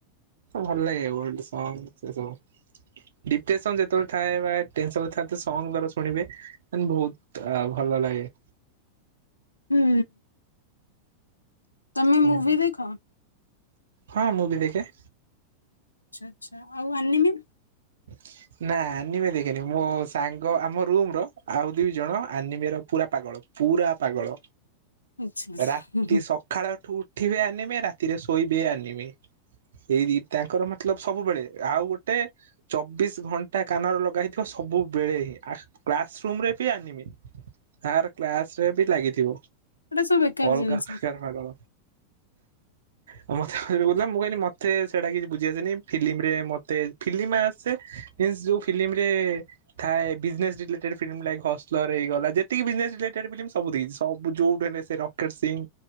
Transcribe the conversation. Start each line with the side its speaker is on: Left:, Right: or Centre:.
Right: ଭଲ ଲାଗେ ଓଲ୍ଡ ସଙ୍ଗ ସେ ସବୁ। ଡିପ୍ରେସନ ଯେତେବେଳେ ଥାଏ ଆ ଟେନ୍ସନ ଥାଏ ଏସବୁ ସଙ୍ଗ ଶୁଣିବେ ମାନେ ବହୁତ ଆ ଭଲ ଲାଗେ।
Left: ହୁଁ। ତମେ
Right: ହୁଁ।
Left: ମୁଭି ଦେଖ?
Right: ହଁ ମୁଁଭିି ଦେଖେ।
Left: ଆଚ୍ଛା ଆଚ୍ଛା। ଆଉ ଆନିମିନ୍?
Right: <inaudible> ନା ଆନିମେ ଦେଖେନି ମୋ ସାଙ୍ଗ ଆମ ରୁମ ର ଆଉ ଦି ଜଣ ଆନିମ୍ ର ପୁରା ପାଗଳ। ପୁରା ପାଗଳ,
Left: ଆଚ୍ଛା ଆଚ୍ଛା
Right: ରାତି
Left: ହୁଁ ହୁଁ
Right: ସ ଖାଳଠୁ ଉଠିବେ ଆନିମେ ରାତିରେ ଶୋଇ ବି ଆନିମେ। ଏଇ ଦି ତାଙ୍କର ମତଲବ ସବୁବେଳେ ଆଉ ଗୋଟେ ଚବିଶ ଘଣ୍ଟା କାନରେ ଲଗା ହେଇଥିବ ସବୁବେଳେ ଆ କ୍ଲାସ ରୁମରେ ବି ଆନିମେ। ଆର କ୍ଲାସରେ ବି ଲାଗିଥିବ
Left: ଏଟା ସବୁ ବେକାର
Right: ଅଲଗା
Left: ଜିନିଷ
Right: ପ୍ରକାର
Left: ହୁଁ।
Right: ପାଗଳ। ହା ମତେ ବ ମୁଁ କହିଲି ମତେ ସେଇଟା କିଛି ବୁଝି ଆସେନି ଫିଲ୍ମ ରେ ମତେ ଫିଲ୍ମ ଆସେ ହିଁନ୍ସ୍ ଯୋଉ ଫିଲ୍ମ ରେ ଥାଏ ବିଜନେସ ରିଲେଟେଡ ଫିଲ୍ମ ଲ ହସ୍ଲର ହେଇଗଲା ଯେତିକି ବିଜନେ ରିଲଟେ ଫିଲ୍ମ ସବୁ ଦେଖେ ସୁ ଯୋଉଠୁ ସେ ରକେଟ ସିଂ